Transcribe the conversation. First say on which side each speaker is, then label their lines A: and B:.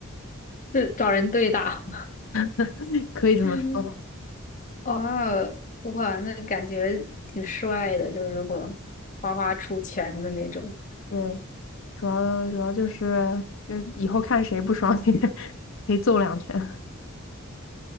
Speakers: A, on the left; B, on the left.
A: 是找人对打。
B: <laughs> 可以这么说吧。
A: <laughs> 哦，哇，那感觉挺帅的，就是如果花花出拳的那种。
B: 对，主要主要就是就以后看谁不爽 <laughs> 可以揍两拳。